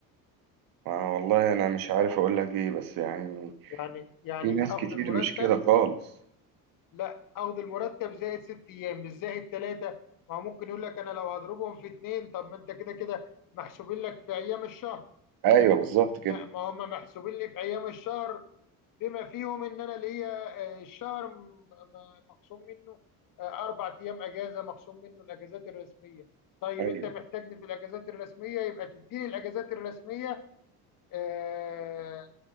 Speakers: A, on the right; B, on the left.
A: ما والله انا مش عارف اقول لك ايه بس يعني
B: يعني يعني
A: في ناس
B: اخد
A: كتير
B: المرتب
A: مش كده خالص
B: لا اخد المرتب زائد ست ايام مش زائد ثلاثه ما هو ممكن يقول لك انا لو هضربهم في اتنين طب ما انت كده كده محسوبين لك في ايام الشهر
A: ايوه بالظبط كده
B: لا ما هم محسوبين لي في ايام الشهر بما فيهم ان انا ليا آه، الشهر م- م- مخصوم منه آه، اربع ايام اجازه مخصوم منه الاجازات الرسميه طيب
A: ايوه
B: انت محتاجني في الاجازات الرسميه يبقى تديني الاجازات الرسميه آه،